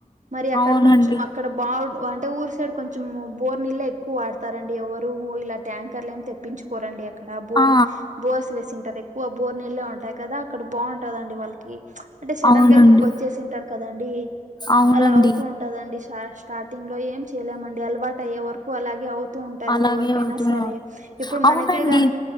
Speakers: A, on the right; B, on the left.
A: మరి అక్కడ
B: అవునండి
A: కొంచెం అక్. ఇక్కడ బాగ్ అంటే ఊరు సైడ్ కొంచెం బోర్ నీళ్ళ ఎక్కువ వాడతారండి ఎవరు ఇలా ట్యాంకర్లు ఏమ్ తెప్. ప్పించుకోరండి అక్కడ బోర్
B: ఆ
A: బోర్స్ వేసింటరు ఎక్కువ బోర్ నీళ్ళే ఉన్. టాయి కదా అక్కడ బాగుంటదండి వాళ్ళకి అంటే సడన్
B: అవునండి
A: గా ఇక్కడికి వచ్చేసింటారు కదండి.
B: అవునండి
A: అలా అవుతూ ఉంటదండి షా స్టార్టింగ్ లో ఏంచే. ఎల్లామండి అలవాటు అయ్యే వరకు అలాగే అవుతూ ఉంటది
B: అలాగే
A: ఎవరికైనా
B: అవుతూ
A: సరే. ఇప్పుడు
B: అవునండి
A: మనకేగాని